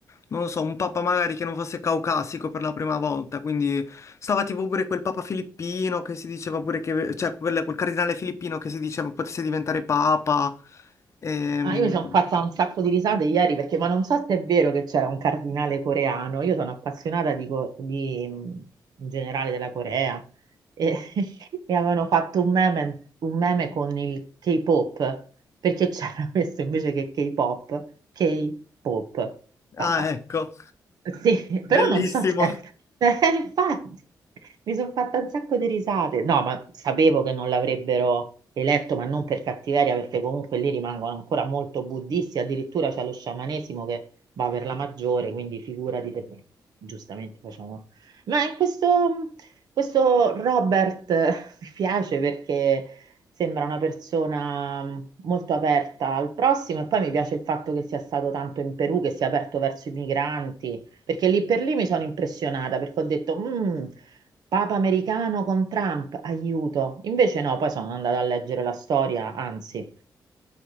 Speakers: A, on the left; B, on the right.
A: non lo so, un papa magari che non fosse caucasico per la prima volta, quindi stava tipo pure quel papa filippino che si diceva pure che, cioè quel, quel cardinale filippino che si diceva potesse diventare papa. Ehm,
B: Ah, io mi sono fatta un sacco di risate ieri perché, ma non so se è vero che c'era un cardinale coreano. Io sono appassionata di, co- di, mh, in generale della Corea e, <laughs> e avevano fatto un meme, un meme con il K-pop, perché c'era <laughs> questo invece che K-pop, K-pop, papa.
A: ah, ecco,
B: Sì, però
A: bellissimo.
B: non so se... <laughs> Eh, infatti, mi sono fatta un sacco di risate. No, ma sapevo che non l'avrebbero eletto, ma non per cattiveria, perché comunque lì rimangono ancora molto buddisti, addirittura c'è lo sciamanesimo che va per la maggiore, quindi figurati se giustamente facciamo... Ma in questo... Questo Robert <laughs> mi piace perché sembra una persona mh, molto aperta al prossimo e poi mi piace il fatto che sia stato tanto in Perù, che sia aperto verso i migranti, perché lì per lì mi sono impressionata perché ho detto, "Mm, Papa americano con Trump, aiuto. Invece no, poi sono andata a leggere la storia, anzi,